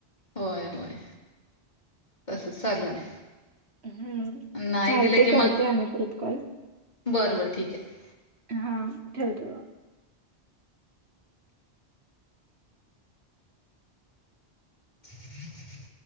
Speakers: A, on the left; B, on the right.
A: होय होय तस चालू आहे
B: हम्म
A: नाही
B: चालते
A: दिलं की
B: करते
A: मग
B: आम्ही परत कॉल
A: बरं बरं ठीक आहे.
B: हा ठेव ठेव
A: किती किती